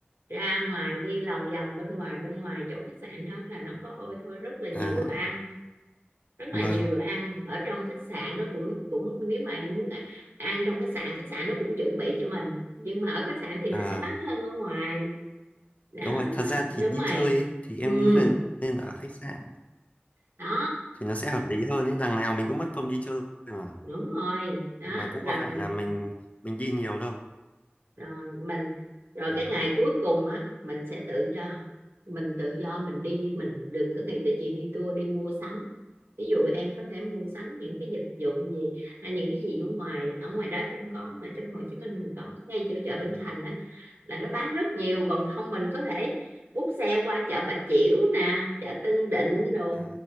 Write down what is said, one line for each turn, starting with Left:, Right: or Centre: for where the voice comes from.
Right: ra ngoài đi lòng vòng bên ngoài bên ngoài chỗ khách sạn đó là nó có ôi thôi rất là nhiều
Left: à
Right: đồ ăn rất là
Left: vâng
Right: nhiều đồ ăn ở trong khách sạn nó cũng cũng nếu mà em muốn ăn, ăn trong khách sạn khách sạn nó cũng chuẩn bị cho mình nhưng mà ở khách sạn thì
Left: à
Right: nó sẽ mắc hơn ở ngoài đó
Left: đúng rồi thật ra thì
Right: đúng
Left: đi
Right: rồi
Left: chơi ấy, thì em
Right: ừ
Left: nghĩ là nên ở khách sạn
Right: đó
Left: thì nó sẽ hợp lý hơn ấy đằng nào mình cũng mất công đi chơi mà
Right: đúng rồi đó
Left: mà cũng
Right: rồi
Left: có phải là mình mình đi nhiều đâu
Right: rồi mình rồi
Left: đó
Right: cái ngày cuối cùng á mình sẽ tự do mình tự do mình đi mình đừng có nghĩ tới chuyện đi tour đi mua sắm ví dụ em có thể mua sắm những cái vật dụng gì à, những cái gì ở ngoài ở ngoài đó không có mà trong Hồ Chí Minh mình có ngay chỗ chợ Bến
Left: à
Right: Thành á là nó bán rất nhiều còn không mình có thể bút xe qua chợ Bà Chiểu nè chợ Tân Định đồ
Left: à